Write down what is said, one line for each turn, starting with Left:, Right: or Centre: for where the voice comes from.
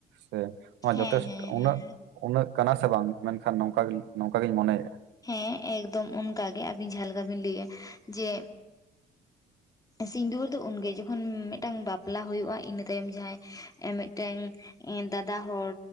Right: ᱥᱮ
Left: ᱦᱮᱸ
Right: ᱡᱚᱛᱷᱮᱥᱴ
Left: ᱦᱮᱸ
Right: ᱩᱱᱟᱹᱜ
Left: ᱦᱮᱸ
Right: ᱩᱱᱟᱹᱜ ᱠᱟᱱᱟ ᱥᱮ ᱵᱟᱝ ᱢᱮᱱᱠᱷᱟᱱ ᱱᱚᱝᱠᱟ ᱜᱮᱞ ᱱᱚᱝᱠᱟ ᱜᱮᱧ ᱢᱚᱱᱮᱭᱫᱟ᱾
Left: ᱦᱮᱸ ᱮᱠᱫᱚᱢ ᱚᱱᱠᱟ ᱜᱮ ᱟᱹᱵᱤᱱ ᱡᱟᱦᱟᱸ ᱞᱮᱠᱟ ᱵᱤᱱ ᱞᱟᱹᱭᱼᱮ ᱡᱮ ᱥᱤᱧ ᱫᱩᱣᱟᱹᱨ ᱫᱚ ᱩᱱ ᱜᱮ ᱡᱚᱠᱷᱚᱱ ᱢᱮᱜᱴᱟᱝ ᱵᱟᱯᱞᱟ ᱦᱩᱭᱩᱜᱼᱟ ᱤᱱᱟᱹ ᱛᱟᱭᱚᱢ ᱡᱟᱦᱟᱸᱭ ᱮ ᱢᱮᱜᱴᱮᱝ ᱮᱸ... ᱫᱟᱫᱟ ᱦᱳᱲ